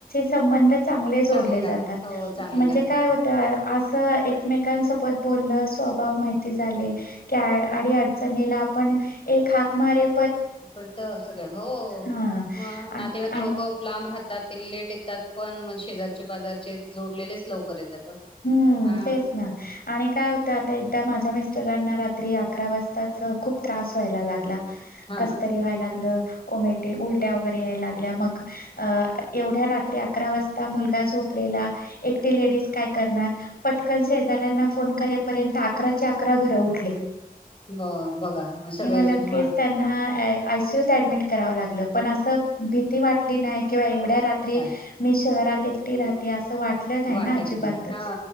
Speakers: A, on the left (about 75°); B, on the left (about 35°).
A: संबंध चग जोड
B: चांगले राहत
A: जातात
B: हो चांगले
A: म्हणजे
B: राहतात
A: काय
B: ना
A: होत अस एकमेकांसोबत बोललं स्वभाव माहिती झाले त्या अडी अडचणीला आपण एक हाक मारे
B: पण तर सगळं हो
A: हा
B: मग नातेवाईक
A: आ- आ-
B: लोक लांब राहतात ते लेट येतात पण म शेजारचे बाजारचे जोडलेलेच लवकर येतात
A: हम्म
B: हा
A: तेच ना आणि काय होतं आता एकदा माझ्या म रांना रात्री अकरा वाजताच खूप त्रास व्हायला लागला
B: हा
A: कसतरी व्हायला लागलं उलट्या वगैरे यागल्या मग एव्याद्या रात अकरा वाजता मुलागा गोपलेला एकटी ले काय करणार पटकन शेजऱ्यांना फोन करेपर्यंत अकरा अकरा घर उठले
B: ब बघा सगळेच
A: लगेच
B: म
A: त्यांना आयसीयूत ऍडमिट कराव लागलं पण भीती वाटली नाही किंवा रात्री
B: काय
A: मी शहरात एकटी राते अस तर वाटलं नाय
B: वाटत
A: ना च
B: नाही हा